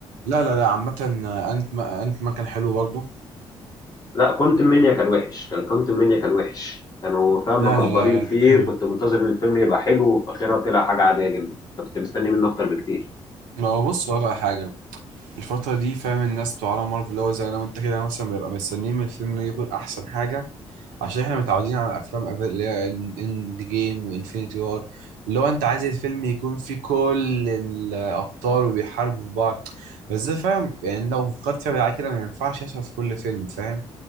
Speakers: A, on the right (about 70°); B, on the left (about 30°).
A: لا لا لا عامه انت ما انت ما كان حلو برضه
B: لا كنت منيا كان وحش كان كنت منيا كان وحش كانوا فاهم
A: لا
B: مكبرين
A: لا لا
B: فيه
A: لا، كان حلو
B: كنت منتظر ان الفيلم يبقى حلو وفي اخرها طلع حاجه عاديه جدا كنت مستني منه اكتر بكتير
A: ما هو بص بقى على حاجه الفتره دي فاهم الناس بتوع عالم مارفل اللي هو زي انا وانت كده مثلا بنبقى مستنيين من الفيلم يكون احسن حاجه عشان احنا متعودين على افلام أف- اللي هي اند جيم وانفينيتي وار اللي هو انت عايز الفيلم يكون فيه كل الابطال وبيحاربوا في بعض بس ده فاهم يعني لو فكرت فيها بالعكس كده ما ينفعش يحصل في كل فيلم فاهم